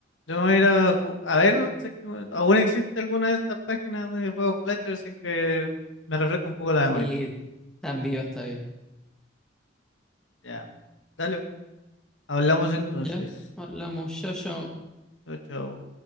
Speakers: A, on the left; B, in the centre.
A: Yo voy a ir a, ju- a ver si es que aún existe alguna de estas páginas de juegos Flash, así que me refresco un poco la
B: Sí,
A: memoria.
B: tan vivo está bien.
A: Ya. Dale, hablamos entonces.
B: Ya, hablamos, yo, yo.
A: Chao, chao.